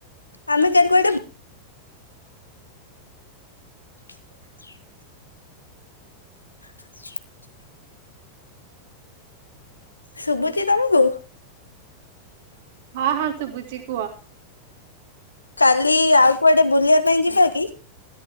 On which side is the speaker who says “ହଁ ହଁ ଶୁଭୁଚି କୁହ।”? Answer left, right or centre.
Right